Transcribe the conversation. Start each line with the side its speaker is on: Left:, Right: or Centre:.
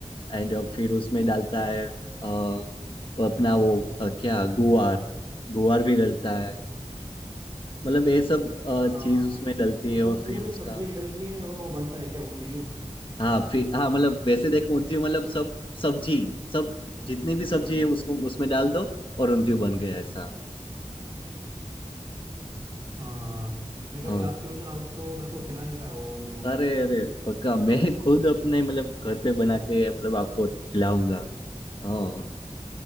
Left: एंड फिर उसमें डालता है अ, वो अपना वो अ, क्या गुआर गुआर भी डलता है मतलब ये सब
Right: हाँ
Left: चीज
Right: हाँ हाँ
Left: उसमें डलती
Right: मतलब
Left: है और
Right: पूरे
Left: फिर उसका
Right: सब्जियां डल के वो बनता है क्या उंगलियों
Left: हाँ फिर हाँ मतलब वैसे देखो ऊंधियो मतलब सब सब्जी सब जितनी भी सब्जी है उसको उसमें डाल दो और ऊंधियो बन गया ऐसा
Right: हाँ हाँ मैं कभी
Left: हाँ
Right: आपके उधर आऊँ तो मेरे को खिलाने का है वो उंगलियों
Left: अरे अरे पक्का मैं खुद अपने मतलब घर पे बना के मतलब आपको खिलाऊंगा हाँ